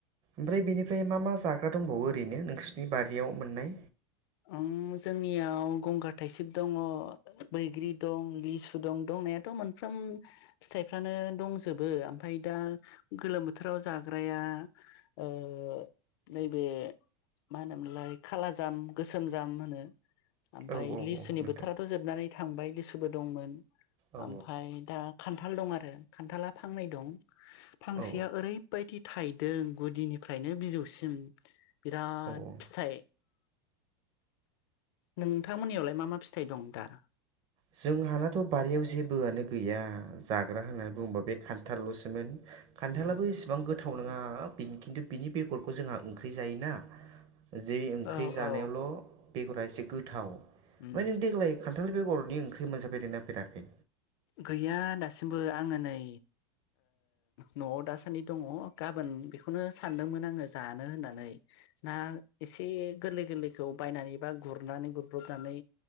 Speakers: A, on the right; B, on the left.
A: ओमफ्राय बेनिफ्राय मा मा जागोन दंबावो ओरैनो नोंसोरनि बारियाव मोननाय?
B: ओं जोंनियाव गंगार थाइसेब दङ, बैग्रि दं, लिसु दं दं नायाथ' मोनफ्रोमबो फिथाइ फोरानो दंजोबो ओमफाय दा गोलोथोराव जाग्रा या ओ नैबे मा होनोमोनलाय खाला जाम गोसोम जाम होनो ओमफाय
A: औ औ
B: लिसुनि
A: औ नोंथां
B: बोथोराथ' जोबनानै थांबाय लिसुबो दंमोन।
A: औ
B: ओमफाय दा खान्थाल दं आरो खान्थाला फांनै दं। फांसेया
A: औ
B: ओरैबायदि थायदों गुदिनिफ्रायनो बिजौसिम बिराद
A: औ औ
B: फिथाइ नोंथां मोननियावलाय मा मा फिथाइ दं दा?
A: जोंहानाथ' बारियाव जेबोआनो गैया जाग्रा होननानै बुङोबा बे खान्थाल ल'सोमोन। खान्थालाबो
B: उम
A: इसेबां गोथाव नङा बिनि खिन्थु बेगरखौ जोंहा ओंख्रि जायोना। जै ओंख्रि
B: औ
A: जानायावल'
B: औ
A: बेगरा एसे गोथाव ओमफ्राय
B: उम
A: नों देग्लाय खान्थाल बेगर नि ओंख्रि मोनजा फेरदों ना फेराखै?
B: गैया दासिमबो आङो नै न'आव दासान्दि दङ गाबोन उम बेखौनो सानदोंमोन आङो जानो होननानै ना एसे गोरलै गोरैखौ बायनानै एबा गुरनानै गुरब्रबनानै